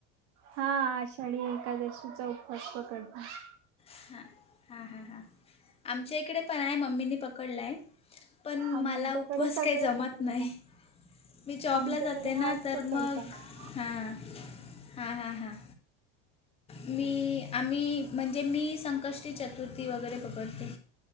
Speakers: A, on the right; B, on the left.
A: हां. आषाढी एकादशीचा उपवास पकडलाय.
B: हां. हां. हां. हां. आमच्या इकडे पण आहे. मम्मीनी पकडलाय. पण
A: आमच्याकडे
B: मला उपवास
A: सगळे
B: काही जमत
A: पकडतात
B: नाही. मी जॉबला
A: आमच्याकडे
B: जाते ना
A: हाच
B: तर
A: पकडतात
B: मग- हां. हां. हां. हां. हां. मी, आम्ही- म्हणजे मी संकष्टी चतुर्थी वगैरे पकडते.